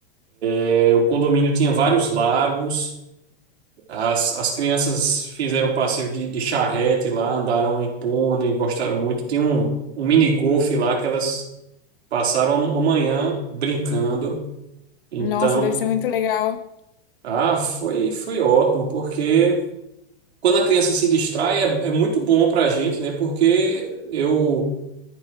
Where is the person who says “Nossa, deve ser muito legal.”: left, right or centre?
Left